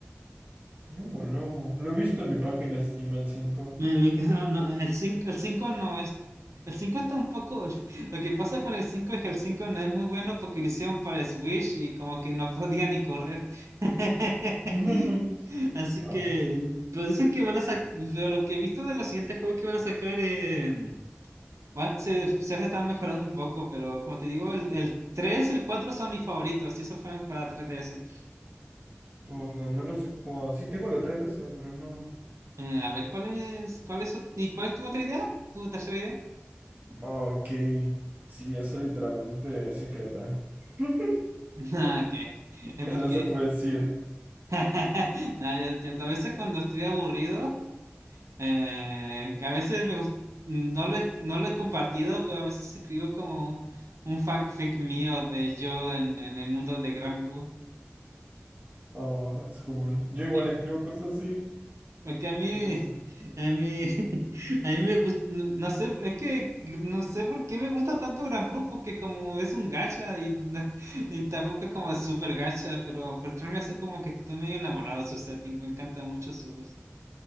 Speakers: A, on the right (about 35°); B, on the right (about 85°).
A: No, no. Lo he visto en mi página Steam el 5.
B: Me- me- <laughs> no, no, el cinco el 5 no es. El 5 está un poco. <laughs> Lo que pasa con el 5 es que el 5 no es muy bueno porque lo hicieron para Switch y como que no <laughs> podía ni correr. <laughs>
A: <laughs>
B: Así
A: Ah,
B: que. Pero dicen que van a sacar. Pero lo que he visto de los siguientes juegos que van a sacar. eh, va- se, se están mejorando un poco, pero como te digo, el, el 3 y el 4 son mis favoritos y esos fueron para 3DS.
A: no, no, no los he jugado. Sí, tengo detrás de eso, pero no.
B: Eh, a ver, ¿cuál es, cuál es, ot- ¿y cuál es tu otra idea? ¿Tu tercera idea?
A: Ok. Sí, eso literalmente es secreta. <laughs>
B: <laughs> Ah, ok. Eh,
A: Eso
B: Porque
A: no se puede decir.
B: <laughs> Nada, yo entiendo. A veces cuando estoy aburrido, eh, que a veces me gust- no lo he, no lo he compartido, pero a veces escribo como un fanfic mío de yo en, en el mundo de Gran Blue.
A: Oh, that's cool. Yo igual
B: Eh,
A: escribo cosas así,
B: Porque a mí,
A: porque sí.
B: a mí, <laughs> a mí me gusta, no, no sé, es que no sé por qué me gusta tanto Gran Blue, porque como es un gacha y, na- <laughs> y tampoco es como súper gacha, pero por otra razón como que estoy medio enamorado de su setting, me encanta mucho su voz.